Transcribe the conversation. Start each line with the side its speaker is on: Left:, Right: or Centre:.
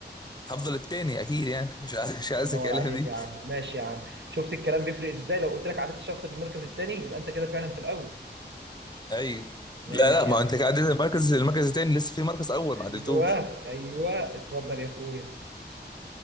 Left: هفضل التاني اكيد يعني مش عايز- مش
Right: الله
Left: عايز
Right: ينور
Left: اكلم
Right: عليك
Left: دي
Right: يا عم ماشي يا عم شفت الكلام بيفرق ازاي لو قلت لك عديت الشخص في المركز الثاني يبقى انت كده فعلا في الاول
Left: ايوه
Right: ماشي
Left: لا لا
Right: يا
Left: ما
Right: عم
Left: انت عديت المركز المركز التاني لسه في مركز اول
Right: ايوه
Left: ما عديتوش
Right: ايوه اتفضل يا اخويا